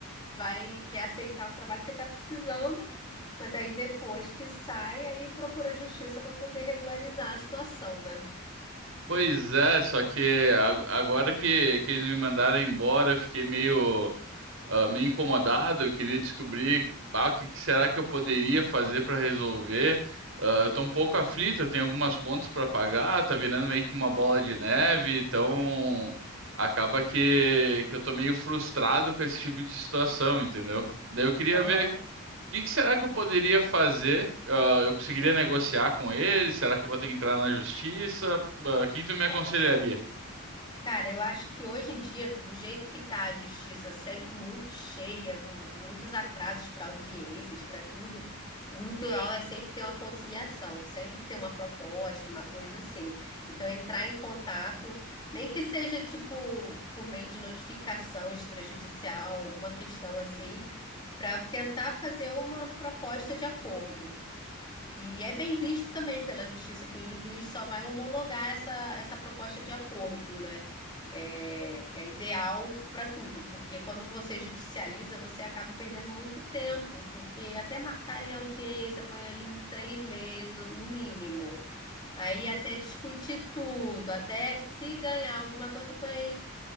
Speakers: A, on the left (about 20°); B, on the right (about 60°).
A: vai, quer aceitar o trabalho porque tá precisando Mas aí depois que sai, aí procura a justiça para poder regularizar a situação, né?
B: Pois é, só que a- agora que, que eles me mandaram embora, eu fiquei meio. ah, meio incomodado, eu queria descobrir ah, o que que será que eu poderia fazer para resolver. Ah, eu estou um pouco aflito, eu tenho algumas contas para pagar, tá virando meio que uma bola de neve, então acaba que, que eu tô meio frustrado com esse tipo de situação, entendeu? Daí eu queria
A: Aham.
B: ver o que que será que eu poderia fazer? Ah, eu conseguiria negociar com ele? Será que eu vou ter que entrar na justiça? Ah, o que que tu me aconselharia?
A: É, cara, eu acho que hoje em dia, do jeito que tá a justiça, sempre muito cheia, com muitos atrasos para audiências, para tudo, o ideal é sempre ter uma conciliação, sempre ter uma proposta, uma coisa assim. Então, entrar em contato, nem que seja tipo por meio de notificação extrajudicial, uma questão assim, para tentar fazer uma proposta de acordo. E é bem visto também pela justiça que o juiz só vai homologar essa, essa proposta de acordo, né? É, é ideal para tudo, porque quando você judicializa, você acaba perdendo muito tempo, porque até marcarem audiência, põe aí três meses no mínimo. Aí até discutir tudo, até se ganhar alguma coisa, põe aí,